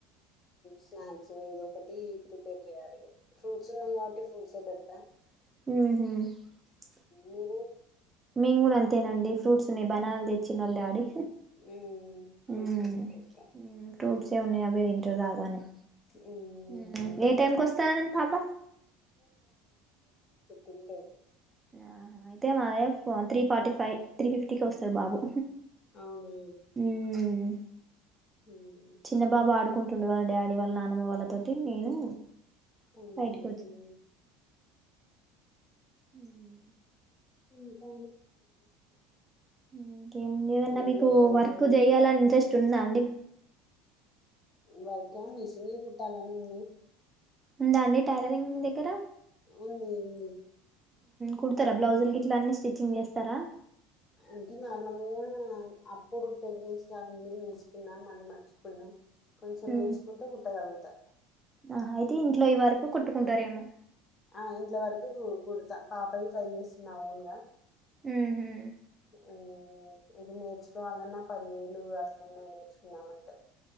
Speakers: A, on the left (about 35°); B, on the right (about 20°).
A: స్నాక్స్ ఏదో ఒకటి ఇప్పుడు పెజే అనికి ఫ్రూట్స్ ఉన్నాము కాబటి ఫ్రూట్స్ ఏ పెడతా
B: హ
A: మీరు
B: మేం కూడా అంతేనండి ఫ్రూట్స్ని బనానాల్ తెచ్చినాల్ ఆల్ డాడి
A: మ్మ్ ఫ్రూట్సే
B: హ్మ్ హ్
A: పెట్టేస్తా
B: ఫ్రూట్స్ <unintelligible> అవి తిన్త్రు బాగానే
A: మ్మ్
B: హ్మ్ ఏ టైంకి వస్తనన్నింది పాప
A: గింతది
B: ఆ అయితే మాదేవ్ త్రీ ఫార్టీ ఫైవ్ త్రీ ఫిఫ్టీకి వస్తాద్ బాబు
A: అవునా
B: హ్మ్
A: మ్మ్
B: చిన్న బాబు ఆడుకుంటుండే వాళ్ళ డాడీ వాళ్ళ నాన్నా వాళ్లతోటి నేను
A: ఫోన్
B: బయటికి
A: మలతున్నాను
B: హ్మ్
A: ఇంకా
B: ఇంకేముంది ఏదన్నా
A: ఊర్లో
B: మీకు
A: ఎలా
B: వర్క్
A: ఉంది
B: చేయ్యాలని ఇంట్రెస్ట్ ఉందా అండి
A: వర్క మెషినీ కుట్టాలని ఉంది
B: ఉందా అని టైలరింగ్ మీ దగ్గర
A: ఉంది ఉంది
B: కుడతారా బ్లౌజుల్ గిట్లా అన్నీ స్టిచ్చింగ్ చేస్తారా
A: అంటే నార్మల్గా అప్పుడు ప్రెగ్నెన్సీ రాకముందు నేర్చుకున్నా మళ్ళీ మర్చిపోయినా కొంచెం
B: ఊ
A: నేర్చుకుంటే కుట్టగలుగుతా
B: ఆహా అయితే ఇంట్లో ఈ వరకు కుట్టుకుంటారేమో
A: ఆ ఇంట్లో వరకి కు కుడుతా పాపవి ట్రై చేస్తున్నా ఓన్ గా
B: ఉహు
A: ఊ ఇప్పుడు నేర్చుకోవాలిన్నా పదివేలు అట్లు ఉన్నాయి నేర్చుకుందామంటే